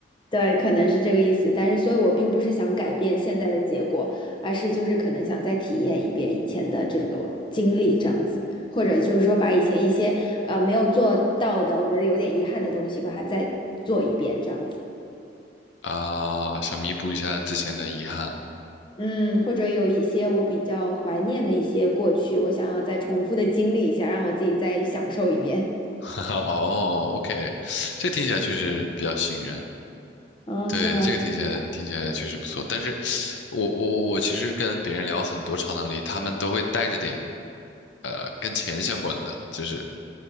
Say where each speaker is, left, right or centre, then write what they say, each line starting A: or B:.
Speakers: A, on the left; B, on the left.
A: 对，可能是这个意思。但是，所以我并不是想改变现在的结果，而是就是可能想再体验一遍以前的这个经历，这样子，或者就是说把以前一些呃没有做到的，我觉得有点遗憾的东西，把它再做一遍，这样子。
B: 啊，想弥补一下之前的遗憾。
A: 嗯，或者有一些我比较怀念的一些过去，我想要再重复的经历一下，让我自己再享受一遍。
B: <laughs> 哦，OK，这听起来确实比较吸引人。
A: 嗯，
B: 对，
A: 是吗？
B: 这个听起来听起来确实不错。
A: <laughs>
B: 但是我我我其实跟别人聊很多超能力，他们都会带着点呃跟钱相关的，就是